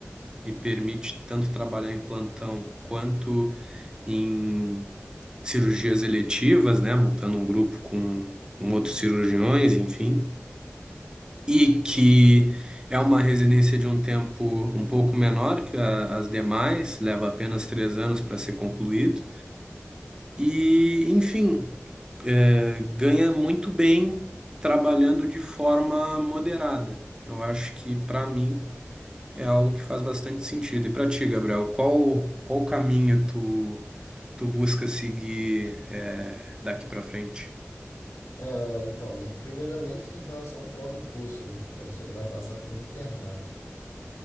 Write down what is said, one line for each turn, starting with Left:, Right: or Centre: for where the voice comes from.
Right: e permite tanto trabalhar em plantão quanto em cirurgias eletivas, né? Montando um grupo com, com outros cirurgiões, enfim. E que é uma residência de um tempo um pouco menor que a- as demais, leva apenas três anos para ser concluído E, enfim, é, ganha muito bem trabalhando de forma moderada. Eu acho que, para mim, é algo que faz bastante sentido. E para ti, Gabriel, qual, qual caminho tu, tu busca seguir, é, daqui para frente?
Left: É, então, em- primeiramente em relação ao final do curso, né? A gente ainda vai passar por um internato.